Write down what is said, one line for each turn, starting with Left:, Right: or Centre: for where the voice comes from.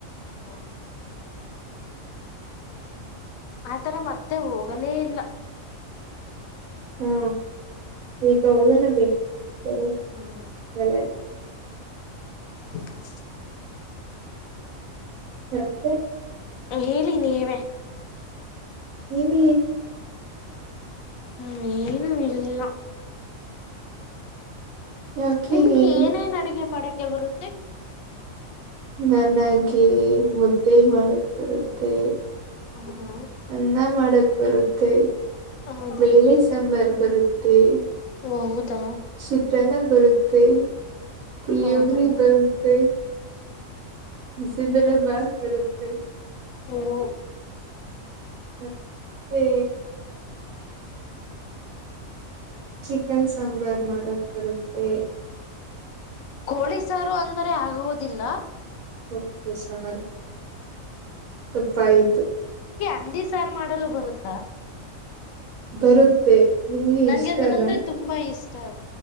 Left: ಹೂ ಆತರ ಮತ್ತೆ ಹೋಗಲೇ ಇಲ್ಲ
Right: ಹಾ ಈಗ ಹೋಗಲ್ಲ ಬಿ ಬ
Left: ಹ್ಮ್
Right: ಹೇಳ
Left: <inaudible>
Right: ಮತ್ತೆ
Left: ಹೇಳಿ ನೀವೇ
Right: ನೀವಿ
Left: ಹೂ ಏನು ಇಲ್ಲ
Right: ಯಾಕೆ
Left: ನಿಮ್ಗೆ
Right: ಏನು
Left: ಏನೇನ್ ಅಡುಗೆ ಮಾಡಕ್ಕೆ ಬರುತ್ತೆ
Right: ನನಗೆ ಮುದ್ದೆ ಮಾಡಕ್ ಬರುತ್ತೆ
Left: ಹೌದಾ
Right: ಅನ್ನ ಮಾಡಕ್ ಬರುತ್ತೆ
Left: ಹೌದಾ
Right: ವೇಳೆ ಸಾಂಬರ್ ಬರುತ್ತೆ
Left: ಹೌದಾ
Right: ಚಿತ್ರಣ ಬರುತ್ತೆ ಪುಳಿಯೋಗರೆ
Left: ಹೌದಾ
Right: ಬರುತ್ತೆ ಬಿಸಿ ಬೆಲೆ ಬಾತು ಬರುತ್ತೆ
Left: ಹ್ಮ <unintelligible>
Right: ಮತ್ತೆ ಚಿಕನ್ ಸಾಂಬಾರ್ ಮಾಡಕ್ ಬರುತ್ತೆ
Left: ಕೋಳೀಸಾರು ಅಂದರೆ ಆಗುವುದಿಲ್ಲ
Right: ಹೌದು ಸಾರಿ ತಪ್ಪಾಯಯ್ತು
Left: ಹಂದಿ ಸಾರು ಮಾಡಲು ಬರುತ್ತಾ
Right: ಬರುತ್ತೆ ನಿಮ್ಗೆ
Left: ನಂಗೆ
Right: ಇಷ್ಟನಾ
Left: ಅದನಂದ್ರೆ ತುಂಬಾ ಇಷ್ಟ